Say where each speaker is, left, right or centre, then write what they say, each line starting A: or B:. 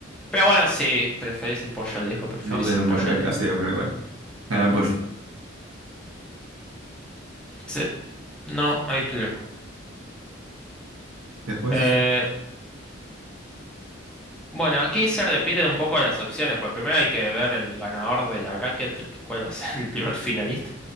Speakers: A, in the centre; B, on the right (about 85°).
A: pero bueno, si preferís el pollo al disco, preferís
B: no sé, nunca
A: el pollo
B: compré
A: al disco.
B: casero, pero igual. Canal Pollo.
A: Sí, no hay problema.
B: Después,
A: Eh, bueno, aquí se repiten un poco las opciones, porque primero hay que ver el ganador de la bracket, que- cuál va a ser <laughs> el primer finalista.